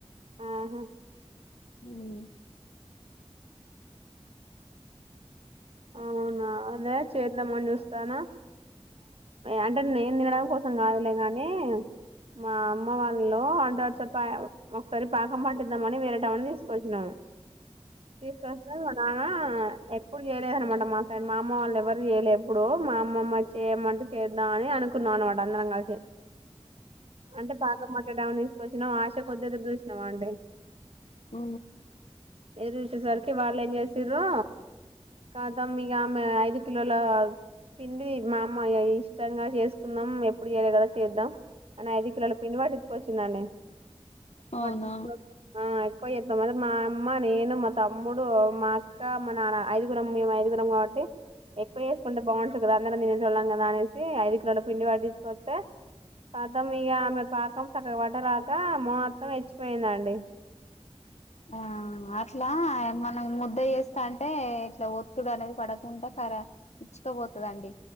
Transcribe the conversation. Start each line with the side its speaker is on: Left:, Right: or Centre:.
Right: ఆహా
Left: ఉమ్
Right: అవునా అదే చేద్దామని చూస్తానా అంటే నేను తినడం కోసం కాదులే కానీ మా అమ్మ వాళ్ళలో అంట వరస పా ఒకసారి పాకం పట్టిద్దామని వేరేటామేని తీసుకొచ్చినాము తీసుకొస్తే మా నాన్న ఎప్పుడు చేయలేదనమాట మా సైడ్ మా అమ వాళ్ళు ఎవరు చేయలే ఎప్పుడు మా అమ్మమ్మ చేయమంటూ చేద్దాం అని అనుకున్నాను <unintelligible> అంటే పాకం మాట్ట డవని తీసుకొచ్చినాం ఆశ కొద్ది ఎదురు చూసినాము అండి
Left: ఊ
Right: ఎదురుూచ్చేసరికి వాళ్ళు ఏం చేసిర్రు కాదా మీక ఆమె ఐదు కిలోల పిండి మా అమ్మయ ఇష్టంగా చేసుకుందాం ఎప్పుడు చేయలేదు కదా చేద్దాం అని ఐదు కిలోల పిండి పట్టించుకోచిందండీ <unintelligible>
Left: అవునా
Right: ఆ ఎక్కువ చేద్దాం అని మా అమ్మ నేను మా తమ్ముడు మా అక్క మా నాన్న ఐదు గురం ఐదుగురం కాబట్టి ఎక్కువేకుంటే బాగుంటాది అందరం తినేటోలం కదా అనేసి ఐదు లోడా పిండి పట్టించుకోవస్తే కతం ఇగ ఆమె పాకం సక్కగ వట్టరాక మొత్తం ఇచ్చిపోయిందండి
Left: ఆ అట్లా మనం ముద్ద చేస్ సంటే ఇట్లా ఒత్తుగా అనేది పడకుండా కరా ఇచ్చుకోపోతదండి